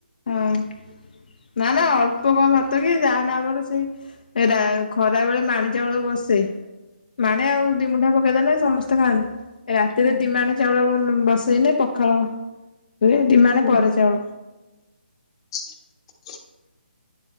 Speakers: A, on the left; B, on the left.
A: ହଁ ନା ନା ଅଳ୍ପ କଣ ଭାତ କି ଯାହେନେ ଆମର ସେଇ ଏରା ଖରା ବେଳେ ମାଣେ ଚାଉଳ ବସେ। ମାଣେ ଆଉ ଦି ମୁଠା ପକେଇଦେଲେ ସମସ୍ତେ ଖାଆନ୍ତି ରାତିରେ
B: ହୁଁ।
A: ଦି ମାଣେ ଚା ଚାଉଳ ବସେଇଲେ ପଖାଳ ହୁଏ ଦି ମାଣେ
B: ହୁଁ
A: ପରେ ଚାଉଳ।
B: <unintelligible>